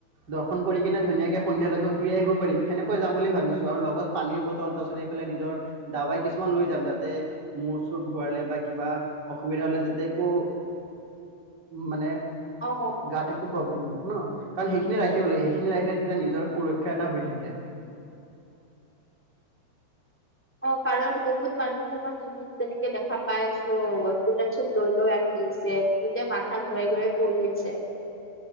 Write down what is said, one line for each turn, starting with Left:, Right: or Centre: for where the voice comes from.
Right: দৰ্শন কৰি কিনে ধুনাকে সন্ধিয়ালৈকে ঘূৰি আহিব পাৰি সেনেকৈ যাম বুলি ভাবিছো আৰু লগত পানীৰ বটল তাৰ পাছত এইফালে, নিজৰ দাৱাই কিছুমান লৈ যাম যাতে, মূৰ চুৰ ঘূৰালে বা কিবা অসুবিধা হলে যাতে একো উ মানে
Centre: অ
Right: গাটো একো প্ৰব্লেম নহয়। ন কাৰণ সেইখিনি ৰাখিব লাগে, সেইখিনি ৰাখিলে তেতিয়া নিজৰ সুৰক্ষা এটা হৈ থাকে। <inaudible>
Centre: অ কাৰণ বহুত মানুহে মই টিভিত যেনেকে দেখা পাই আছো। এম্বুলেঞ্চত লৈ লৈ আহিল। বিহতে মাথা ঘূৰাই ঘূৰাই পৰি আছে।